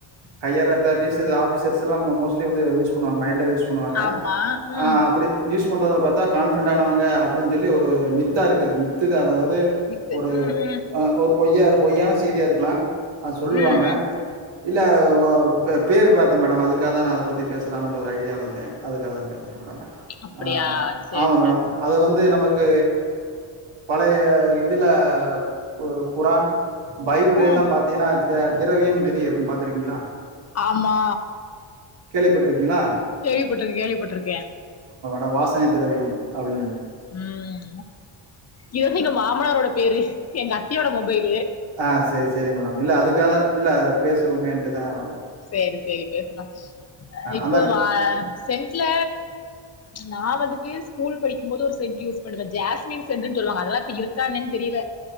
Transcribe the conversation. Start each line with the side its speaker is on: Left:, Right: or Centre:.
Right: ஹையர் அத்தாரிட்டிஸ் ஆபிசர்ஸ் எல்லா மோஸ்ட்லி வந்து யூஸ் பண்ணுவாங்க மைல்டா யூஸ் பண்ணுவாங்க
Left: ஆமா ம்
Right: ஆ அப்டி யூஸ் கொண்டு வர பாத்த கான்பின்டானவங்க அப்டின் சொல்லி ஒரு மித்தா இருக்குது மித்துத அதா து
Left: வித்து
Right: ஒரு
Left: ம் ம்
Right: அ ஒரு பொய்யா அது பொய்யான செய் தியா இருக்கலாம் அத சொல்லுவாங்க
Left: ம் ம்
Right: இல்ல பா பேர் பாத்தேன் மேடம் அதுக்காக தா அத பத்தி பேசலாமான்டு ஒரு ஐடியால வந்தேன் அதுக்காக தா பேசுறேன் மேடம்
Left: அப்டியா
Right: ஆ
Left: சேரி
Right: ஆமா
Left: சேரி
Right: மேடம் அது வந்து நமக் கு பழய இதுல கு குரான் பைபிள்
Left: ஆ
Right: எல்லா பாத்தீன்னா திரவியம் சொல்லி இருக்கும் பாத்துருக்கீங்ளா
Left: ஆமா
Right: கேள்விப்பட்டிருக்கீங்களா
Left: கேள்விப்பட்டுருக்கே கேள்விப்பட்டுருக்கே
Right: த வாஸ் சனை திரவியம் அப்டின்டு
Left: ம் இதுதா எங்க மாமனாரோட பேரு எங்க அத் தி யோட மொபைல்
Right: ஆ சரி சரி மேடம் இல்ல அதுக்காக தா நா இல்ல பேசுவோமேன்டுதான்
Left: சேரி சேரி பேசலாம் இப்போ
Right: அந்த அக்கா
Left: வா சென்ட்ல நா வந்துட்டு ஸ்கூல் படிக்கும் போது ஒரு சென்ட் யூஸ் பண்ணுவேன் ஜாஸ்மின் சென்ட்டுன்னு சொல்லுவாங்க அதெல்லா இப்ப இருக்கா என்னன் தெரியல